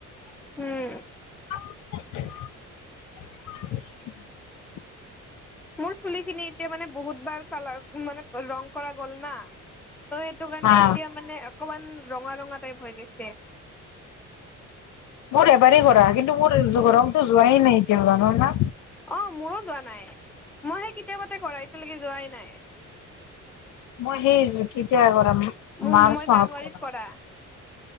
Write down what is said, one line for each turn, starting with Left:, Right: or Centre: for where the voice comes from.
Centre: উম
Left: <unintelligible>
Centre: মোৰ চুলি খিনি এতিয়া মানে বহুত বাৰ কালাৰ মানে ৰং কৰা গ'ল না ত' সেইটো কাৰণে
Left: হা
Centre: এতিয়া মানে অকমান ৰঙা ৰঙা টাইপ হৈ গৈছে
Left: মোৰ এবাৰেই কৰাৰা কিন্তু মোৰ ৰংটো যোৱাই নাই এতিয়া ন না
Centre: অ মোৰো যোৱা নাই মই সে এয়া মতে কৰা এতিয়ালৈকে যোৱাই নাই
Left: মহেজ কতিয়া কৰা মাৰ্চ
Centre: উম, মই
Left: ম
Centre: জানুৱাৰীত
Left: কৰ
Centre: কৰা